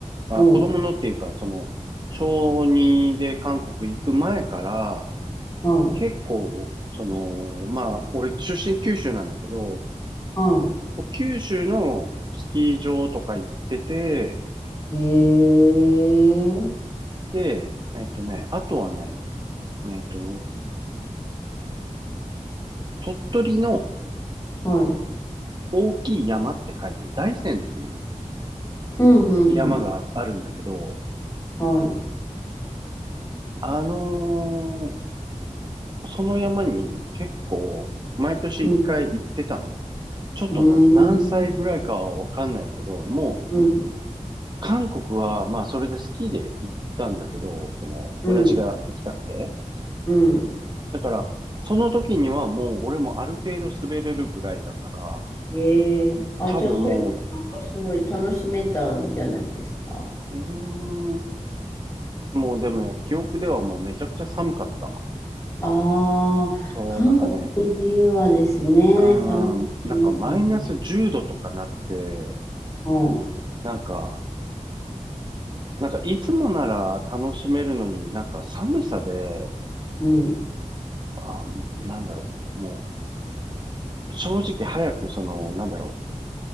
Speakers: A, on the right; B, on the left.
A: あ、
B: おう、
A: 子供のっていうか、その、小2で韓国行く前から、
B: はい、
A: 結構、その、まあ、俺出身九州なんだけど、
B: は
A: こう九州のスキー場とか行ってて、
B: い。えー、
A: で、えっとね、あとはね、えっと、鳥取の
B: はい。
A: 大きい山って書いて大山っていう
B: うん、うん、
A: 山があるんだけど、
B: うん。はい。
A: あのーその山に結構毎年一回行ってたのね。
B: うん、
A: ちょっとな何歳ぐらいかはわかんないけど、
B: うーん、
A: もう
B: うん、
A: 韓国はまあそれでスキーで行ったんだけど、その親父が行きたくて。
B: うん、うん。
A: だからその時にはもう俺もある程度滑れるぐらいだから、
B: ええあ、
A: 多分もう、
B: じゃあ、それ、なんかすごい楽しめたんじゃないですか。
A: うーん、もうでもね、記憶ではもうめちゃくちゃ寒かった。
B: ああ、
A: そう、
B: 韓国の冬はですね、
A: なんかね、うん、
B: 寒くなりますもんね。
A: なんかマイナス10度とかなって、
B: うん、
A: なんか、なんかいつもなら楽しめるのになんか寒さで、
B: うん、
A: あ、なんだろう、もう正直早くその、なんだろ